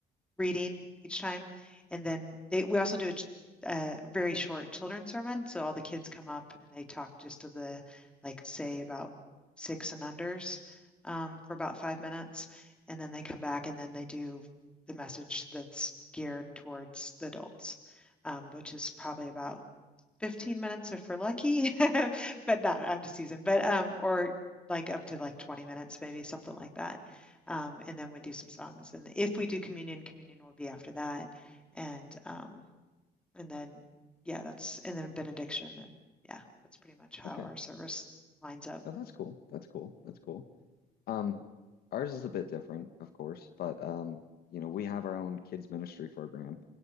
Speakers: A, in the centre; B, on the left.
A: reading each time. And then they, we also do a, a very short children's sermon. So all the kids come up and they talk just to the, like, say about six and unders um, for about five minutes. And then they come back and then they do the message that's geared towards the adults, um, which is probably about 15 minutes if we're lucky, <laughs> but not I'm just teasing, but um, or like up to like 20 minutes, maybe something like that. Um, and then we do some songs. And if we do communion, communion will be after that. And um, and then yeah, that's and then benediction and yeah, that's pretty much how
B: Okay.
A: our service lines up.
B: No, that's cool. That's cool. That's cool. Um, ours is a bit different, of course, but um, you know, we have our own kids ministry program.